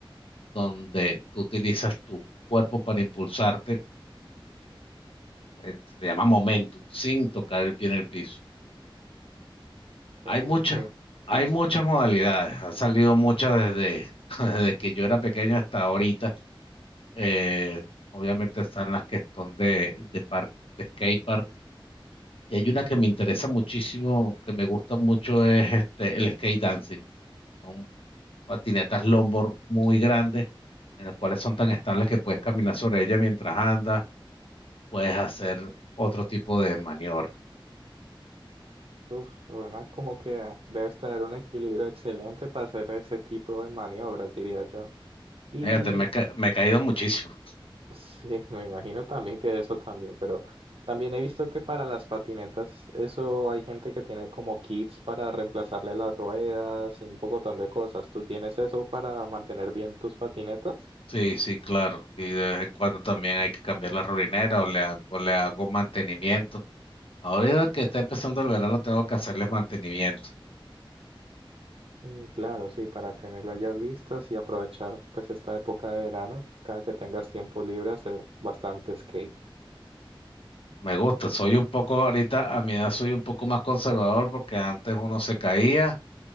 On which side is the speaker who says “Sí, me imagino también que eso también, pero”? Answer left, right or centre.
Right